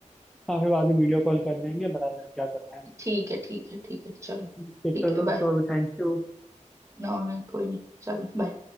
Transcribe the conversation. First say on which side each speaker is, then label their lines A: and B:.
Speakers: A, in the centre; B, on the right (about 20°).
A: हाँ फिर बाद में वीडियो कॉल कर लेंगे बता देना क्या करना है
B: ठीक है ठीक है ठीक है चलो
A: ठीक है,
B: ठीक
A: चलो
B: है बाय
A: तो अभी थैंक यू
B: ना कोई नहीं चलो बाय